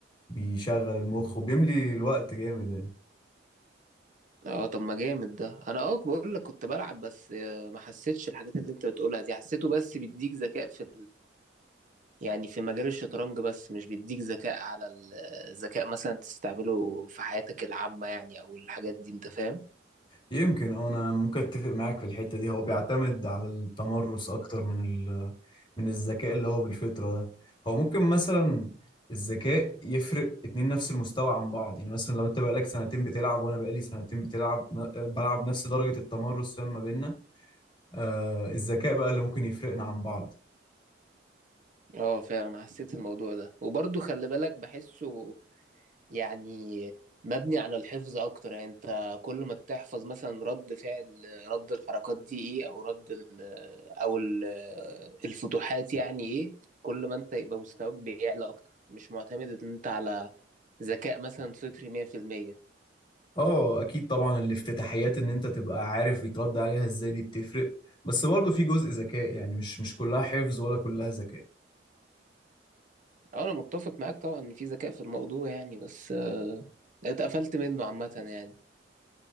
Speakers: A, on the left; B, on the right.
A: بيشغل المخ وبيملي الوقت جامد يعني
B: اه طب ما جامد ده انا اه بقول لك كنت بلعب بس آه، ما حسيتش الحاجات اللي انت بتقولها دي حسيته بس بيديك ذكاء في يعني في مجال الشطرنج بس مش بيديك ذكاء على الذكاء مثلا تستعمله في حياتك العامة يعني أو الحاجات دي أنت فاهم؟
A: يمكن اه انا ممكن اتفق معاك في الحته دي هو بيعتمد على التمرس اكتر من ال... من الذكاء اللي هو بالفطره ده هو ممكن مثلا الذكاء يفرق اتنين نفس المستوى عن بعض يعني مثلا لو انت بقالك سنتين بتلعب وانا بقالي سنتين بتلعب ن- بلعب نفس درجه التمرس فاهم ما بيننا آه الذكاء بقى اللي ممكن يفرقنا عن بعض
B: اه فعلا حسيت الموضوع ده وبرضه خلي بالك بحسه يعني مبني على الحفظ أكتر يعني أنت كل ما تحفظ مثلا رد فعل رد الحركات دي إيه أو رد ال أو ال الفتوحات يعني إيه كل ما أنت يبقى مستواك بيعلى أكتر مش معتمد إن أنت على ذكاء مثلا فطري 100%
A: اه اكيد طبعا الافتتاحيات ان انت تبقى عارف يترد عليها ازاي دي بتفرق بس برضه في جزء ذكاء يعني مش مش كلها حفظ ولا كلها ذكاء
B: اه انا متفق معاك طبعا ان في ذكاء في الموضوع يعني بس آه، اتقفلت منه عامة يعني